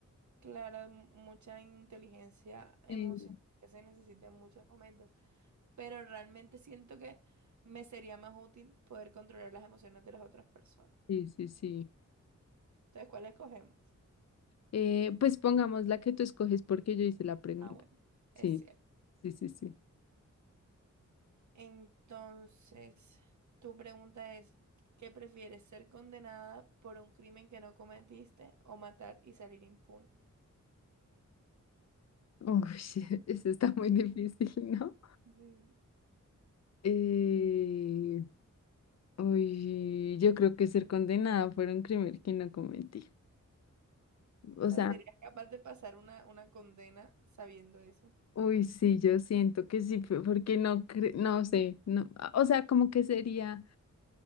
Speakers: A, on the right; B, on the left.
A: Claro, mu- mucha inteligencia emocional
B: Sí,
A: que se necesita en muchos momentos. pero realmente siento que me sería más útil poder controlar las emociones de las otras personas.
B: sí, sí, sí.
A: Entonces, ¿cuál escogemos?
B: Eh, pues pongamos la que tú escoges porque yo hice la pregunta.
A: Ah, bueno,
B: Sí,
A: es cierto.
B: sí, sí, sí.
A: Entonces, tu pregunta es, ¿qué prefieres, ser condenada por un crimen que no cometiste o matar y salir impune?
B: Uy, <laughs> eso está muy difícil, ¿no?
A: Sí.
B: Eh, Uy, yo creo que ser condenada por un crimen que no cometí. O
A: O sea,
B: sea,
A: ¿serías capaz de pasar una, una condena sabiendo eso?
B: uy, sí, yo siento que sí, fue porque no, cre- no sé, no, a- o sea, como que sería,